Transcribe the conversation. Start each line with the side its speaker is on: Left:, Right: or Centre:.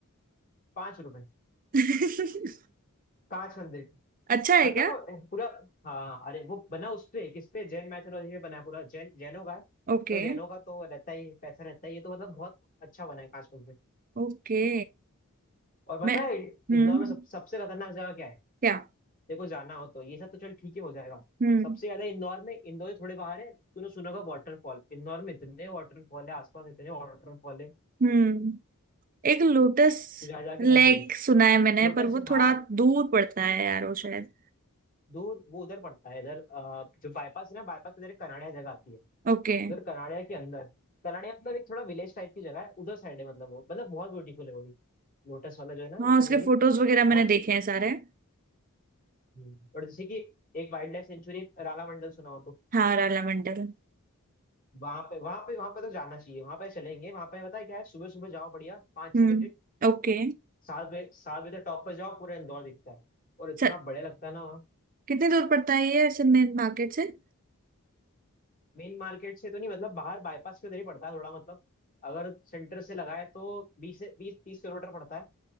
Left: पांच रुपए
Right: <laughs>
Left: कांच मंदिर की
Right: अच्छा है
Left: मतलब
Right: क्या
Left: वो पूरा हाँ अरे वो बना उस पे किस पे जैन मैथोलॉजी पे बना है पूरा जैन जैनों का है
Right: ओके
Left: तो जैनों का तो रहता ही है, पैसा रहता ही है तो मतलब बहुत अच्छा बना है कांच मंदिर
Right: ओके
Left: और पता
Right: मैं
Left: है
Right: हम्म
Left: इंदौर में सब, सबसे खतरनाक जगह क्या है
Right: क्या
Left: देखो जाना हो तो ये सब तो चल ठीक ही हो जाएगा
Right: हम्म
Left: सबसे ज्यादा इंदौर में इंदौर से थोड़े बाहर है तूने सुना होगा वाटरफॉल इंदौर में इतने वाटरफॉल है आसपास इतने वाटरफॉल है
Right: हम्म एक लोटस
Left: तू जा जाके
Right: लेक
Left: थक जाएगी
Right: सुना है मैंने
Left: लोटस
Right: पर वो
Left: हाँ
Right: थोड़ा दूर पड़ता है यार वो शायद
Left: दूर वो उधर पड़ता है इधर अ, जो बाईपास है ना बाईपास के इधर एक कनाड़िया जगह आती है
Right: ओके
Left: उधर कनाड़िया के अंदर कनाड़िया मतलब एक थोड़ा विलेज टाइप की जगह है उधर साइड है मतलब वो मतलब बहुत ब्यूटीफुल है वो भी लोटस वाला जो है ना
Right: हाँ
Left: लोटस
Right: उसके
Left: वैली
Right: फोटोज वगैरह मैंने
Left: वो
Right: देखे हैं सारे
Left: हम्म। और जैसे कि एक wildlife sanctuary Ralamandal सुना हो तो
Right: हाँ राला मंडल
Left: वहां पे वहां पे वहां पे तो जाना चाहिए वहां पे चलेंगे वहां पे पता है क्या है सुबह सुबह जाओ बढ़िया पाँच
Right: हम्म
Left: छह बजे
Right: ओके
Left: सात बजे सात बजे तक टॉप पर जाओ पूरा इंदौर दिखता है और इतना
Right: सर
Left: बढ़िया लगता है ना
Right: कितनी दूर पड़ता है ये ऐसे मेन मार्केट से
Left: मेन मार्केट से तो नहीं मतलब बाहर बाईपास के उधर ही पड़ता है थोड़ा मतलब अगर सेंटर से लगाए तो बीस से बीस तीस किलोमीटर पड़ता है